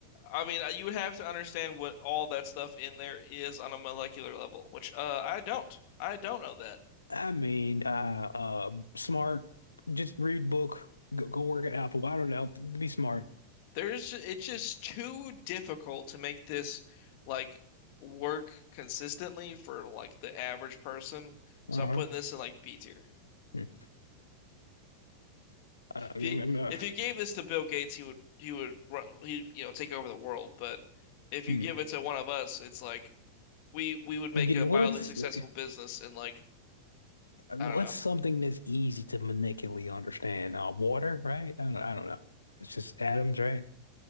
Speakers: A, on the left; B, on the left.
A: I mean, you would have to understand what all that stuff in there is on a molecular level, which uh, I don't. I don't know that.
B: I mean, uh, uh, smart. Just read book. Go, go work at Apple. I don't know. Be smart.
A: There's it's just too difficult to make this like work consistently for like the average person. So
B: Uh-huh.
A: I'm putting this in like B tier.
B: Hmm. Uh, again,
A: If you
B: uh,
A: if you gave this to Bill Gates, he would he would he you know take over the world. But if you
B: hmm.
A: give it to one of us, it's like we we would make
B: Okay,
A: a
B: what's
A: mildly successful
B: okay,
A: business in like
B: I mean,
A: I don't
B: what's
A: know,
B: something that's easy to manipulate, understand? Uh, water, right? I don't, I don't know. It's just atoms, right?